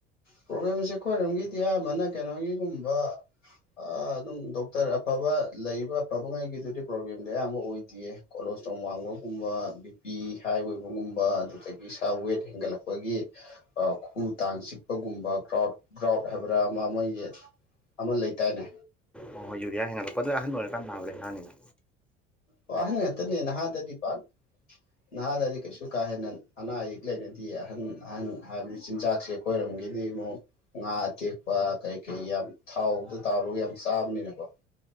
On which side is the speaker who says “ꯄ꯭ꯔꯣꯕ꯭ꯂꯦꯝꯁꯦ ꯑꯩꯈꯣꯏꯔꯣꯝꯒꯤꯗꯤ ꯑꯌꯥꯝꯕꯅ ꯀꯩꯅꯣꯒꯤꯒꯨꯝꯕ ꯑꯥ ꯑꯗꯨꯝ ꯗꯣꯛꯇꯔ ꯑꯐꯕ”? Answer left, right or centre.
Left